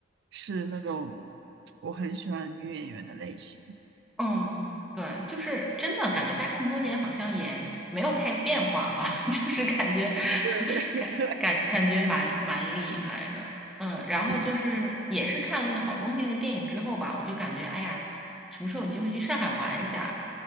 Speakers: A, on the right (about 65°); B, in the centre.
A: 是那种我很喜欢的女演员的类型。
B: 嗯，对，就是真的感觉他这么多年好像也没有太变化哈、<laughs> 就是感觉
A: 嗯，对的，<laughs>
B: 感感感觉蛮蛮厉害的。
A: 对，
B: 嗯，然后就是也是看了那个好东西那个电影之后吧，
A: 是的，是
B: 我就感觉哎呀，什么时候有机会去上海玩一下？